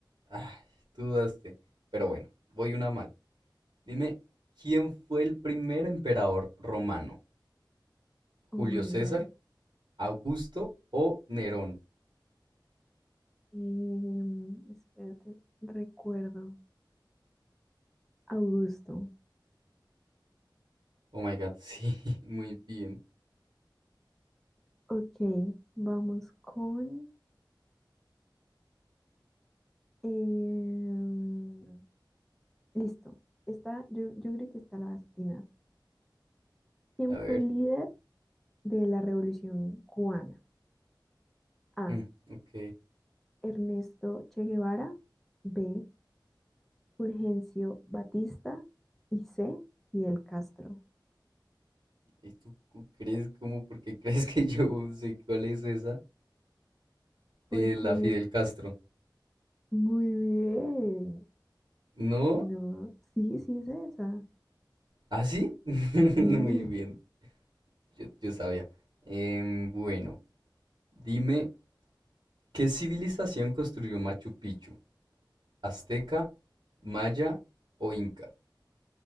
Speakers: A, on the right; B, in the centre.
A: Ay, dudaste. Pero bueno, voy una mal. Dime, ¿quién fue el primer emperador romano? ¿Julio
B: Oh my
A: César,
B: God.
A: Augusto o Nerón?
B: Em, espérate, recuerdo. Augusto.
A: Oh my God, sí, <laughs> muy bien.
B: Ok, vamos con... em, listo. Esta, yo, yo creo que esta la vas a atinar. ¿Quién
A: A
B: fue
A: ver,
B: el líder de la Revolución cubana? A.
A: mm, ok.
B: Ernesto Che Guevara. B. Fulgencio Batista. Y C. Fidel Castro.
A: ¿Y tú cu- crees cómo? ¿Por qué <laughs> crees que yo sé cuál es esa?
B: Porque
A: Eh, la Fidel Castro.
B: muy bien.
A: ¿No?
B: No, sí, sí es esa.
A: ¿Ah, sí? <laughs> Muy
B: Sí.
A: bien, yo, yo sabía. Em, bueno, dime, ¿qué civilización construyó Machu Picchu? ¿Azteca, Maya o Inca?